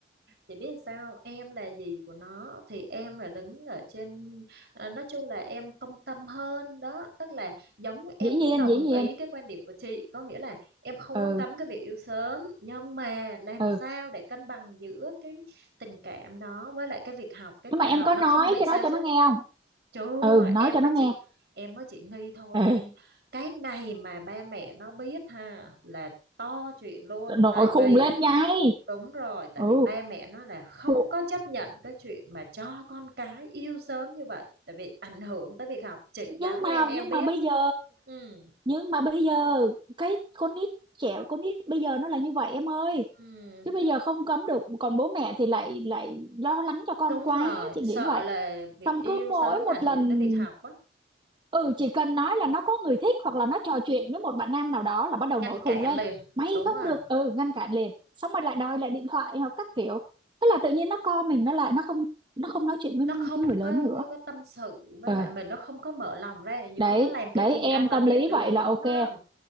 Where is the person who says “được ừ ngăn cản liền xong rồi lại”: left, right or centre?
Right